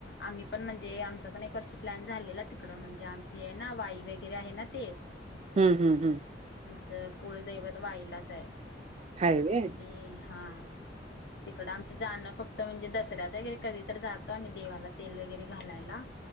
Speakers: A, on the left; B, on the right.
A: आम्ही पण म्हणजे आमचं पण एक वर्षी प्लॅन झालेला तिकडं म्हणजे आमचे हे आहे ना वाई वगैरे आहे ना ते
B: हम्म -हम्म -हम्म
A: तेज कुळदैवत वाईलाच आहे.
B: हाय व्हय.
A: ते हा तिकड आमचं जाणं फक्त तिथं म्हणजे दसऱ्यात वगैरे, कधी तर जातो आम्ही देवाला तेल वगैरे घालायला.